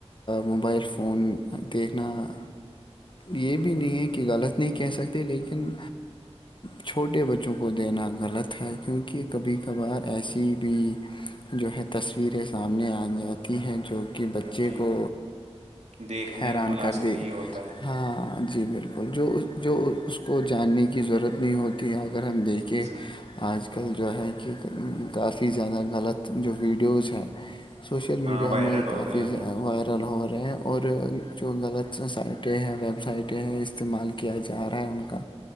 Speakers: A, on the left; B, on the right.
A: موبائل فون دیکھنا یہ بھی نہیں ہے کہ غلط نہیں کہہ سکتے لیکن چھوٹے بچوں کو دینا غلط ہے کیونکہ کبھی کبھار ایسی بھی جو ہے تصویریں سامنے آ جاتی ہیں جو کے بچے
B: جی
A: کو
B: دیکھنے
A: حیران
B: مناسب
A: کر دے
B: نہیں ہوتا ہے
A: ہاں جی بالکل جو جو اس کو جاننے کی ضرورت نہیں ہوتی ہے اگر ہم دیکھ کہ
B: جی
A: آج کل جو ہے کہ کافی زیادہ غلط جو ویڈیوز ہے سوشل میڈیا
B: ہاں وائرل
A: میں
B: ہو
A: کافی
B: رہے ہیں
A: زیادہ
B: وہ
A: وائرل گلہور رہے ہے اور جو غلط سائٹ یہ ہیں ویب سائٹیں ہیں استعمال کیا جا رہا ہے ان کا